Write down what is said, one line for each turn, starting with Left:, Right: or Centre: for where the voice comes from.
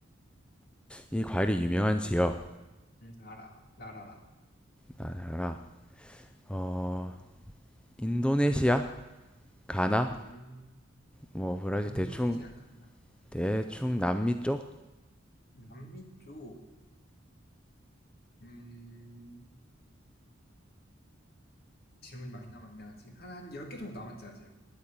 Centre: 이 과일이 유명한 지역.
Left: 음, 나라, 나라라.
Centre: 나라. 어, 인도네시아? 가나?
Left: 음,
Centre: 뭐, 브라질,
Left: 인도네시아
Centre: 대충,
Left: 가나.
Centre: 대충 남미 쪽?
Left: 남미 쪽, 음, 질문이 많이 남았네, 아직. 한, 한 10개 정도 남았지, 아직.